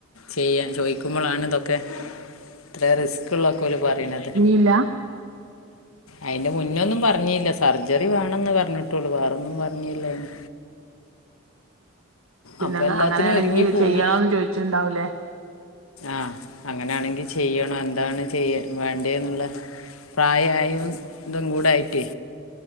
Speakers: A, on the left; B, on the right.
A: ചെയ്യ ചോയിക്കുമ്പോളാണ് ഇതൊക്കെ ഇത്ര റിസ്ക്ള്ളൊക്കെ ഓല് പറയണത്
B: ഇല്ല
A: അയിൻ്റെ മുന്നൊന്നും പറഞ്ഞില്ല സർജറി വേണന്ന് പറഞ്ഞിട്ടുള്ളൂ വേറൊന്നും പറഞ്ഞില്ല അയിന്
B: പിന്നെ
A: അപ്പൊ
B: അങ്ങ
A: എല്ലാത്തിനും
B: അങ്ങനെയാണെങ്കിൽ
A: ഒരുങ്ങി പോവും
B: ചെയ്യണോന്ന് ചോയിച്ചിണ്ടാവൂലേ
A: ആഹ് അങ്ങനെയാണെങ്കി ചെയ്യണം എന്താണ് ചെയ്യ വേണ്ടേെന്നുള്ള പ്രായായും ഇതും കൂടായിട്ട്